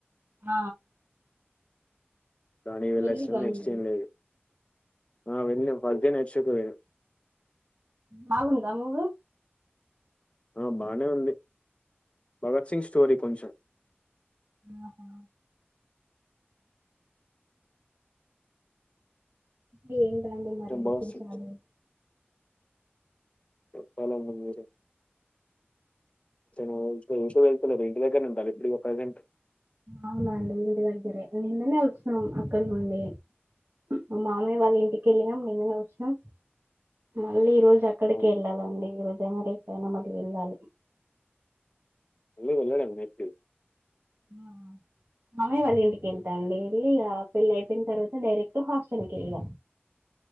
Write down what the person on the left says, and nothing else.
కానీ వెళ్ళల్సిన
న నెక్స్ట్ ఏం లేదు ఆ వెళ్ళ ఫస్ట్ డే నైట్ షో కి పోయిన
ఆ బానే ఉంది భగత్ సింగ్ స్టోరీ కొంచెం
కొంచెం
భగత్ సింగ్ చెప్పాలండి మీరే ఓ చూస వెళ్తులే ఇంటి దగ్గర ఉంటాలే ఇప్పుడికి ప్రెసెంట్
అవును
వెళ్ళాడు అన్నట్టు